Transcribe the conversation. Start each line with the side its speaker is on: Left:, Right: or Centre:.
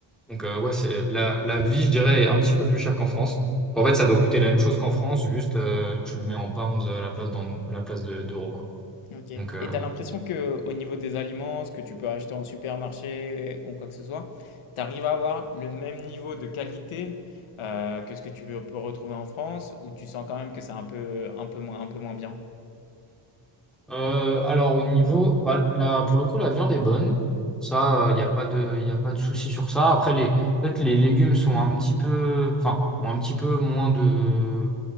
Centre: Donc, euh, ouais, c'est la, la vie, je dirais, est un petit peu plus chère qu'en France. En fait, ça doit coûter la même chose qu'en France, juste euh, tu le mets en pounds à la place d'en- à la place de- d'euros, quoi.
Left: Ok.
Centre: Donc, euh,
Left: Et t'as l'impression que au niveau des aliments, ce que tu peux acheter en supermarché ou quoi que ce soit, t'arrives à avoir le même niveau de qualité euh, que ce que tu peux peux retrouver en France, ou tu sens quand même que c'est un peu, un peu moins, un peu moins bien?
Centre: euh, alors, au niveau, bah, là, pour le coup, la viande est bonne. Ça, il n'y a pas de, y a pas de souci sur ça. Après, les, peut-être les légumes sont un petit peu, enfin, ont un petit peu moins de,